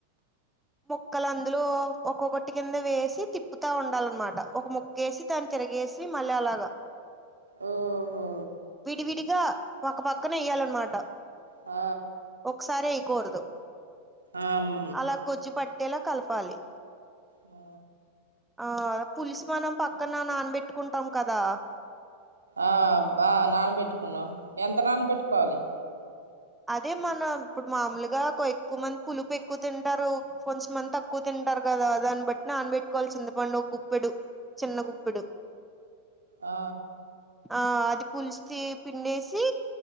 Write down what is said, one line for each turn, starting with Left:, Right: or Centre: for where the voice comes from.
Centre: ముక్కలు అందులో ఒక్కొక్కటి కింద వేసి తిప్పుతా ఉండాలన్నమాట ఒక ముక్ గేసి తాని తిరగేసి మళ్ళీ అలాగా
Right: ఓహో
Centre: విడివిడిగా పక్కపక్కన ఏయ్యాలన్నమాట
Right: ఆ
Centre: ఒకసారి ఏయకూడదు
Right: ఆమ్
Centre: అలా గుజ్జు పట్టేలా కలపాలి
Right: ఆ
Centre: ఆ పులిసు మనం పక్కన నానబెట్టుకుంటాం కదా
Right: ఆ బ నానబెట్టుకున్నవు ఎంత నానబెట్టుకోవాలి
Centre: అదే మన ఇప్పుడు మామూలుగా ఎక్కువ మంది పులుపు ఎక్కువ తింటారు కొంచెంమంత తక్కువ తింటారు కదా దాన్ని బట్టి నానబట్టుకోవాలి చింతపండు ఒ గుప్పెడు చిన్న గుప్పెడు
Right: ఆ
Centre: ఆ అది పులుస్థి పిండేసి